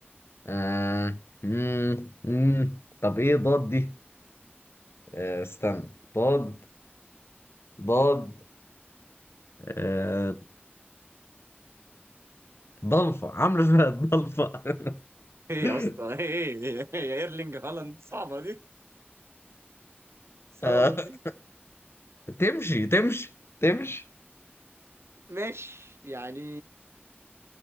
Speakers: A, on the left (about 70°); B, on the right (about 80°).
A: آه... مم. مم. طب ايه ضاد دي آه... استنى ضاد ضاد آه... ضلفة عاملة فيها ضلفة
B: ايه
A: <laughs>
B: يا اسطى ايه ايه إيه يا ايرلينج هالاند صعبه دي صعبه
A: آه...
B: دي
A: تمشي تمشي تمشي
B: ماشي يعني